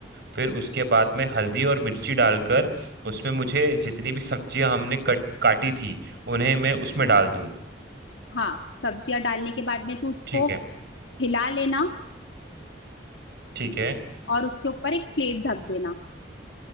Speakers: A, on the right (about 60°); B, on the left (about 80°).
A: फिर उसके बाद में हल्दी और मिर्ची डालकर उसमें मुझे जितनी भी सब्जियां हमने कट काटी थी उन्हें मैं उसमें डाल दूं
B: हाँ सब्जियां डालने के बाद में तू उसको
A: ठीक है
B: हिला लेना
A: ठीक है
B: और उसके ऊपर एक प्लेट ढक देना